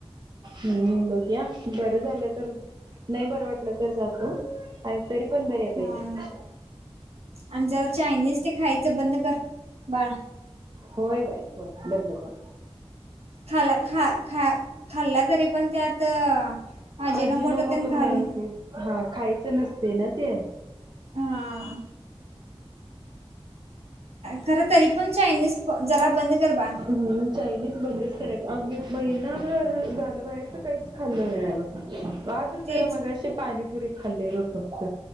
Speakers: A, on the right; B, on the right.
A: हम्म बघुया बरं झालं तर नाही बरं वाटलं तर जातो तरी पण बर आहे
B: हा
A: पहिल्यापेक्षा
B: आणि जरा चायनीज ते खायचं बंद कर बाळ.
A: होय बाय होय बंद कर
B: खाला ख खा खाल्ला तरी पण त्यात हजिनोमोटो
A: अजिनो मोठो
B: मोठं त्यान
A: घाय
B: घालून
A: हा खायचं नसते ना ते.
B: हा. खर तरी पण चायनीज जरा बंद कर बा
A: ह् चायनीज बंदीच कराय महिना जर झाल बाहेर तर काहीच खाल्लं नाही आहे बग. वाजत
B: तेच
A: जरा मगाशी पाणीपुरी खाल्ले र फक्त